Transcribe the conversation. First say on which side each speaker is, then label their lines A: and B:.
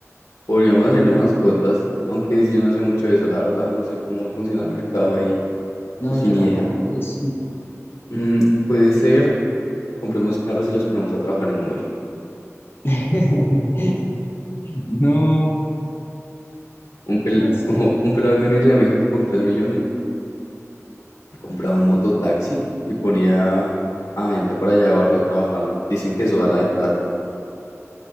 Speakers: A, on the left; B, on the left.
A: Podríamos hacer
B: Eso
A: de mascotas,
B: ahorita.
A: aunque yo no sé mucho de eso, la verdad. No sé cómo funciona el mercado ahí.
B: No,
A: Eso sin
B: yo
A: idea.
B: tampoco, entonces.
A: Mm, puede ser, compremos carros y los ponemos a trabajar en Uber.
B: <laughs> No,
A: Un, pel-
B: no es.
A: <laughs> un pelado de mi universidad me dijo que con 3 millones compraba un mototaxi y ponía a gente por allá de barrio a trabajarlo. Dicen que eso da la de plata.